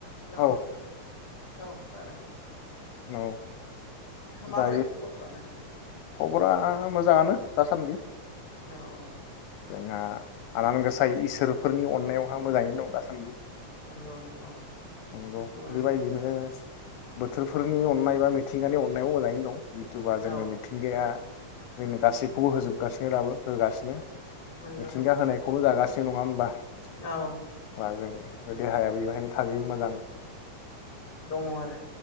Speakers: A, on the left (about 50°); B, on the left (about 85°).
A: hello
B: औ
A: औ खोनादों
B: औ
A: माबोरै
B: दायो
A: खबरफ्रा नोंथां
B: खबरा मोजाङानो दासान्दि
A: औ
B: जोंहा आनान गोसाय इसोरफोरनि अननायावहा मोजाङैनो दं दासान्दि
A: नंगौ नंगौ
B: नंगौ
A: उम
B: बेबायदिनो बोथोरफोरनि अननाय बा मिथिंगानि अननायाव मोजाङैनो दं जुटुबा जोंनो
A: औ
B: मिथिंगाया जोंनो गासैखौबो होजोबगासिनो दाबो होगासिनो
A: नों नंगौ
B: मिथिंगा होनायखौबो जा जागासि नङा होमबा
A: औ
B: बा जों देहाया बेहायनो थाजिम मोजां
A: दङ आरो